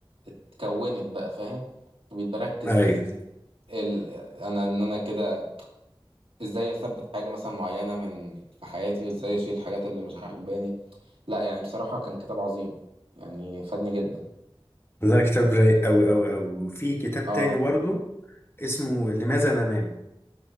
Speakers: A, on the right; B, on the left.
A: اتكونت بقى فاهم بقيت بركز
B: أيوة
A: ال... انا ان انا كده ازاي اثبت حاجة مثلا معينة من في حياتي وازاي اشيل الحاجات اللي مش عاجباني لا يعني بصراحة كان كتاب عظيم يعني فادني جدا
B: لا كتاب رايق أوي أوي أوي وفي كتاب
A: اه
B: تاني برضه اسمه لماذا ننام